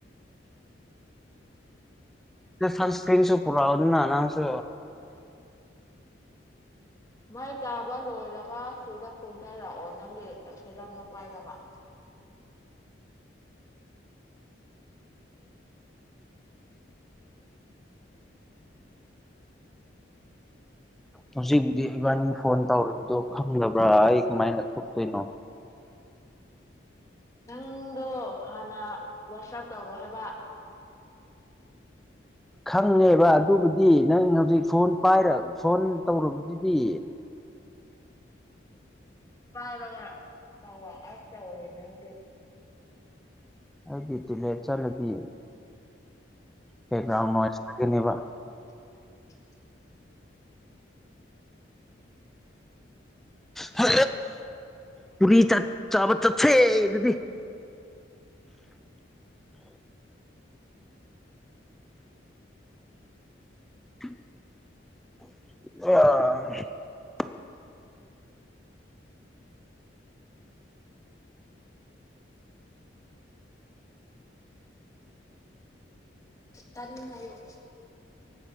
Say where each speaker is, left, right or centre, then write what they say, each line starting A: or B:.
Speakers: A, in the centre; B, on the left.
A: ꯁꯟꯁꯀ꯭ꯔꯤꯟꯁꯨ ꯄꯨꯔ ꯑꯣꯏꯅꯤꯅ ꯅꯥꯡꯁꯨ
B: ꯃꯥꯏ ꯇꯥꯕ ꯂꯣꯏꯔꯒ ꯁꯤꯗ ꯀꯣꯝꯊꯔꯛꯑꯣ ꯅꯪꯒꯤ ꯀꯩ ꯈꯩꯔꯝꯅꯣ ꯄꯥꯏꯔꯒ <unintelligible>
A: ꯍꯧꯖꯤꯛꯕꯨꯗꯤ ꯏꯕꯥꯅꯤ ꯐꯣꯟ ꯇꯧꯔꯤꯕꯗꯣ ꯈꯪꯕ꯭ꯔꯥ ꯑꯩ ꯀꯃꯥꯏꯅ ꯊꯣꯛꯇꯣꯏꯅꯣ
B: ꯄꯨꯡꯗꯣ ꯍꯥꯟꯅ ꯋꯥꯆꯞ ꯇꯧꯔꯣ ꯍꯥꯏꯕ
A: ꯈꯪꯉꯦꯕ ꯑꯗꯨꯕꯨꯗꯤ ꯅꯪ ꯍꯧꯖꯤꯛ ꯐꯣꯟ ꯄꯥꯏ ꯐꯣꯟ ꯇꯧꯔꯕꯗꯨꯗꯤ
B: ꯀꯥꯏ ꯅ ꯆ ꯑꯁ ꯇꯔꯅꯦ ꯍꯧꯖꯤ
A: ꯑꯩꯗꯤꯇꯨꯂ ꯆꯂꯗꯤꯌꯦ ꯀꯕꯥꯎꯥꯏꯒꯤꯕ
B: ꯎꯝ
A: ꯍ ꯄꯨꯔꯤ ꯆ ꯆꯥꯕ ꯆ ꯗꯤ ꯎ ꯑ
B: ꯇꯥꯟꯉꯌꯣ